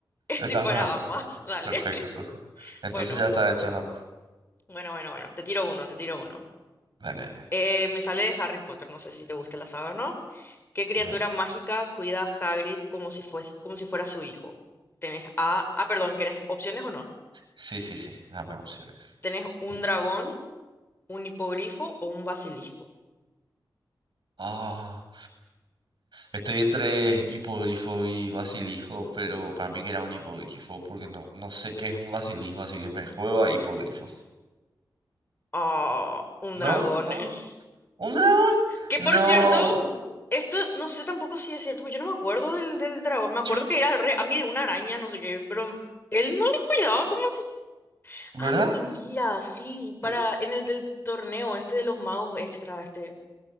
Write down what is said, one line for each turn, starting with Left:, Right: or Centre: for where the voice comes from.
Left: Estoy
Right: Estás
Left: para
Right: para ambos.
Left: ambas.
Right: ¿no?
Left: Dale.
Right: Perfecto,
Left: <laughs>
Right: entonces. Entonces
Left: Bueno,
Right: ya está hecha la.
Left: bueno, bueno, bueno. Te tiro uno, te tiro uno.
Right: Dale, dale.
Left: Eh, me sale de Harry Potter. No sé si te gusta la saga, o ¿no? ¿Qué criatura
Right: No.
Left: mágica cuida a Hagrid como si fuese, como si fuera su hijo? Tenés a... Ah, perdón, ¿querés opciones o no?
Right: Sí, sí, sí. Dame opciones.
Left: Tenés un
Right: Y-
Left: dragón, un hipogrifo o un basilisco.
Right: Ah, estoy entre hipogrifo y basilijo, pero para mí que era un hipogrifo, porque no, no sé qué es un basilijo, así que me juego a hipogrifo.
Left: Ah, un
Right: No,
Left: dragón
Right: no.
Left: es.
Right: ¿Un dragón?
Left: Que
Right: No.
Left: por cierto, esto no sé tampoco si es cierto, porque yo no me acuerdo del, del dragón. Me acuerdo
Right: Yo,
Left: que era re a mí de una araña, no sé qué, pero él no le cuidaba como si.
Right: ¿verdad?
Left: Ah, no, mentira, sí, para
Right: Pero,
Left: en el del torneo, este de los magos extra, este.